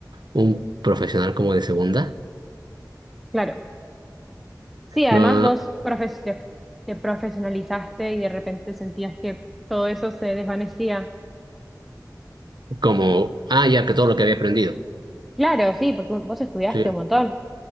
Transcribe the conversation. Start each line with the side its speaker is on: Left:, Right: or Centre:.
Right: un profesional como de segunda,
Centre: claro. Sí, además
Right: no
Centre: vos profes- te, te profesionalizaste y de repente sentías que todo eso se desvanecía.
Right: como, ah, ya que todo lo que había aprendido.
Centre: Claro, sí, porque vos estudiaste
Right: Sí,
Centre: un montón.